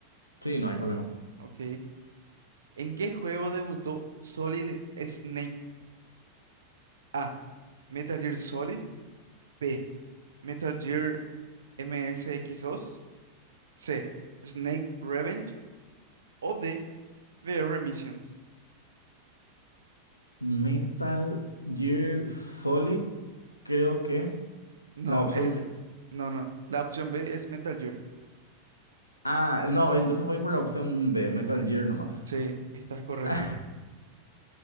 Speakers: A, on the left; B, on the right.
A: sí, no hay problema.
B: Ok. ¿En qué juego debutó Solid Snake? A. Metal Gear Solid. B. Metal Gear MSX2. C. Snake Revenge. O D. VR Missions.
A: Metal Gear Solid, creo que
B: No,
A: la opción
B: es.
A: B.
B: No, no. La opción B es Metal Gear.
A: Ah, no, entonces voy por la opción B, Metal Gear nomás.
B: Sí, estás correcto.
A: <laughs>